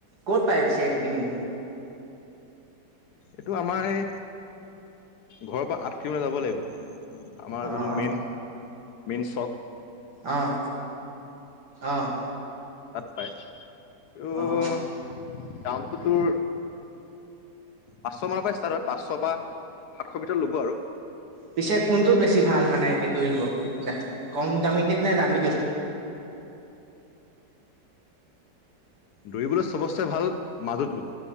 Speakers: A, on the right; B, on the left.
A: ক'ত পাই পিছে এইটো কিনিব?
B: এইটো আমাৰ এই ঘৰৰ পৰা আঠ কিলোমিটাৰ যাব লাগিব। আমাৰ
A: অ',
B: যোনটো মেইন মেইন শপ।
A: অঁ অঁ।
B: তাত পাই, ত'
A: অ'।
B: দামটো তোৰ পাঁচশ মানৰ পৰা ষ্টাৰ্ট হয়। পাঁচশৰ পৰা সাতশৰ ভিতৰত ল'ব আৰু।
A: পিছে কোনটোত বেছি ভাল মানে একে দৌৰিব দে কম দামী টোত নে দামী টোত?
B: দৌৰিবলৈ সবচে ভাল মাজোটো